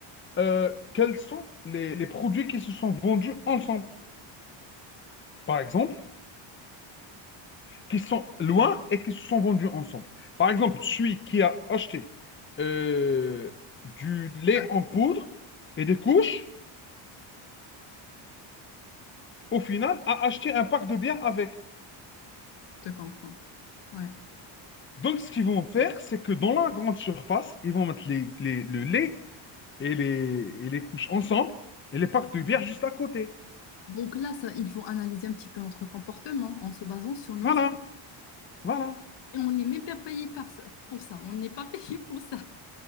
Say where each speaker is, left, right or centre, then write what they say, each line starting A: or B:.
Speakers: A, on the left; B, on the left.
A: euh, quels sont les, les produits qui se sont vendus ensemble. Par exemple, qui sont loin et qui se sont vendus ensemble. Par exemple, celui qui a acheté euh, du lait
B: Ah,
A: en poudre et des couches, au final, a acheté un pack de bière avec.
B: je te comprends. Ouais.
A: Donc, ce qu'ils vont faire, c'est que dans la grande surface, ils vont mettre les, les- le lait et les, et les couches ensemble et les packs de bière juste à côté.
B: Donc là, ça, ils vont analyser un petit peu notre comportement en se basant sur nos
A: Voilà,
B: actes.
A: voilà.
B: Et on n'est même pas payé par ça- pour ça. On n'est pas <laughs> payé pour ça.